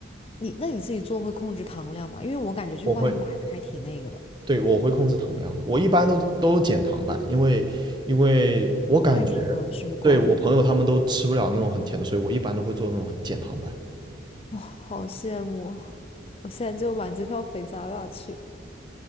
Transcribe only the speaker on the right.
我会，对，我会控制糖量的，我一般都都减糖版，
因为因为我感觉，
对我朋友他们都吃不了那种很甜的，所以我一般都会做那种很减糖版。